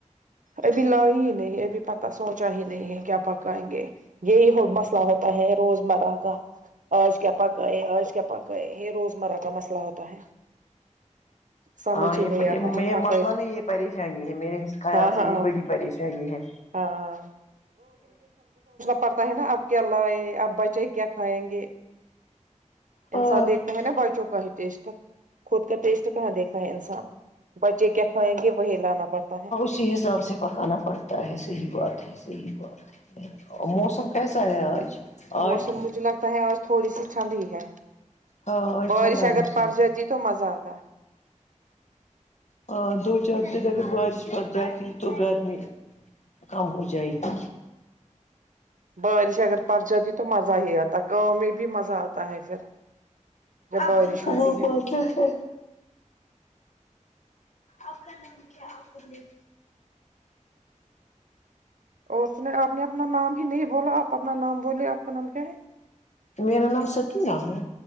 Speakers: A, on the right (about 80°); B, on the left (about 65°).
A: ابھی لائی ہی نہیں ابھی پتہ سوچا ہی نہیں ہے کیا پکائیں گے یہی ہو مسئلہ ہوتا ہے روز مرہ کا اج کیا پکائے اج کیا پکائے یہ روزمرہ کا مسئلہ ہوتا ہے سمجھ
B: ہاں یہ
A: ہی نہیں آتا ہے
B: یہ
A: پکائے
B: مسئلہ
A: تو
B: نہیں یہ پریشانی ہے میرے حس خیال
A: ہاں
B: سے
A: ہاں
B: یہ بڑی پریشانی ہے
A: ہاں پتہ ہے نا اب کیا لائے اب بچے کیا کھائیں گے
B: ہاں
A: انسان دیکھتے ہیں نا بچوں کا ہی ٹیسٹ خود کا ٹیسٹ کہاں دیکھا ہے انسان بچے کیا کھائیں گے وہی لانا پڑتا ہے
B: اس حساب سے پکانا پڑتا ہے صحیح بات ہے صحیح بات ہے موسم کیسا ہے آج
A: موسم
B: آج
A: مجھے لگتا ہے اج تھوڑی سی ٹھنڈی ہے
B: ہاں آج
A: بارش
B: ٹھنڈا موسم
A: اگر پڑ جاتی تو مزہ آتا
B: ہ دو چار دن اگر بارش پڑ جاتی تو گرمی کم ہو جائے گی
A: بارش اگر پڑ جاتی تو مزہ ہی اتا گاؤں میں بھی مزہ اتا ہے پھر جب
B: اب
A: بارش ہوتی
B: وہ بہت ہے پھر اپ کا نام کیا ہے اپ نے
A: اس نے اپ نے اپنا نام ہی نہیں بولا اپ اپنا نام بولے اپ کا نام کیا ہے
B: میرا نام سکینہ ہے